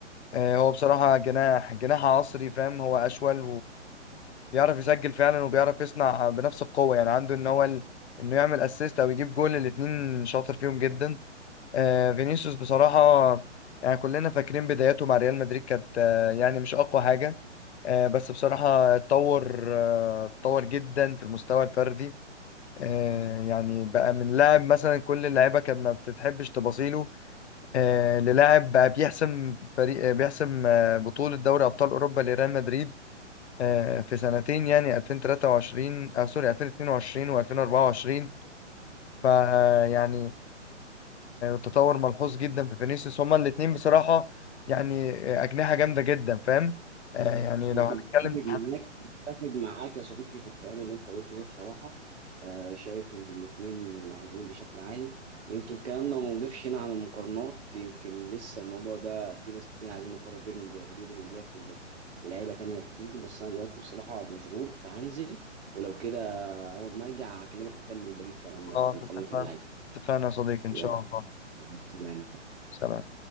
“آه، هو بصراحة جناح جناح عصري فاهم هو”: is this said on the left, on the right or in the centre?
Left